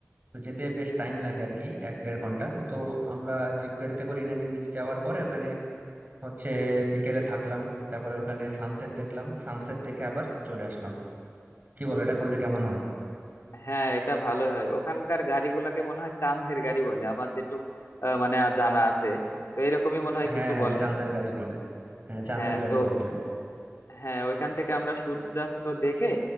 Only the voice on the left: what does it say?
হ্যাঁ এটা ভালোই হয় ওখানকার গাড়িগুলোকে মনে হয় চান্দের গাড়ি বলে আমার যেটুক আহ, মানে জানা আছে তো এরকমই মনে হয়
কিছু
বলে
হ্যাঁ
তো
হ্যাঁ ওইখান থেকে আমরা সূর্যাস্ত দেখে